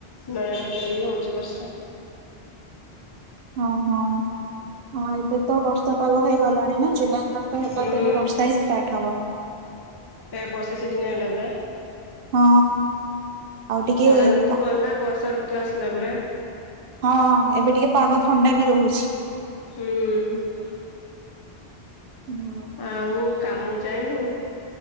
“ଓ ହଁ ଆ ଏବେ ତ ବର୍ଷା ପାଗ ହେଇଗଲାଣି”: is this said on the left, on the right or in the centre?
Right